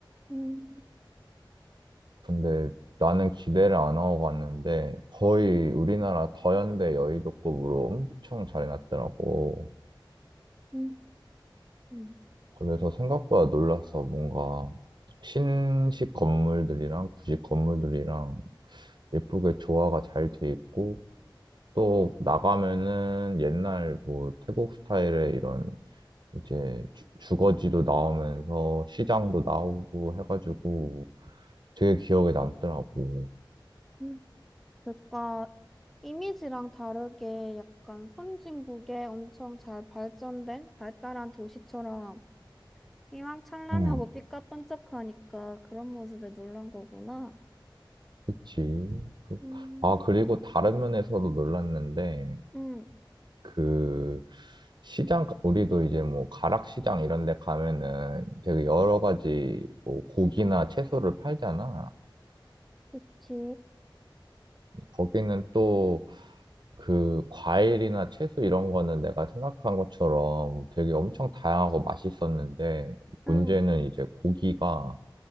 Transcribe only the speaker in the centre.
음,
음, 음,
음. 그러니까 이미지랑 다르게 약간 선진국의 엄청 잘 발전된 발달한 도시처럼 희망찬란하고
삐까뻔쩍하니까 그런 모습에 놀란 거구나.
음,
응
그치,
응,